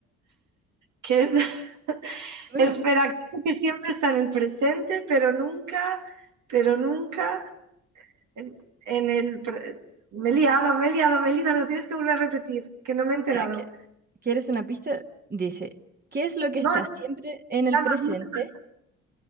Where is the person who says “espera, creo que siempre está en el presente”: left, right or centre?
Right